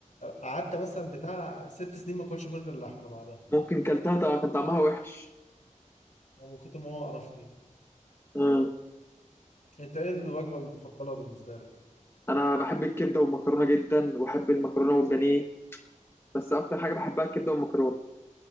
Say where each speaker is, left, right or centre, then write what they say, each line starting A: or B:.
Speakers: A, on the left; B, on the left.
A: قعدت مثلا بتاع ست سنين ما اكلش برجر لحمه بعدها
B: ممكن كلتها طبعاً كان طعمها وحش
A: آه، من كتر ما هو قرفني
B: اه
A: انت ايه الوجبه المفضله بالنسبه لك
B: انا بحب الكبده والمكرونه جدا وبحب المكرونه والبانيه بس اكتر حاجه بحبها الكبده والمكرونه